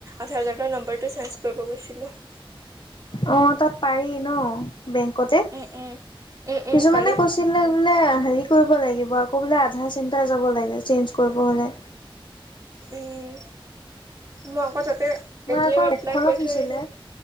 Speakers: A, on the right; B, on the left.
A: আধাৰ কাৰ্ডৰ নম্বৰটো চেঞ্জ কৰিব গৈছিলোঁ। <inaudible>
B: অ', তাত পাৰি ন? বেংকতে
A: উম, উম, উম, উম,
B: কিছুমানে
A: পাৰি।
B: কৈছিলে বোলে হেৰি কৰিব লাগিব আকৌ বোলে আধাৰ চেণ্টাৰ যাব লাগে চেঞ্জ কৰিব হ'লে।
A: উম মই আকৌ তাতে
B: আোমাৰ
A: এতিয়াই
B: অককল
A: এপ্লাই
B: উখলত
A: কৰি থৈ
B: হৈছিলে
A: আহিলো।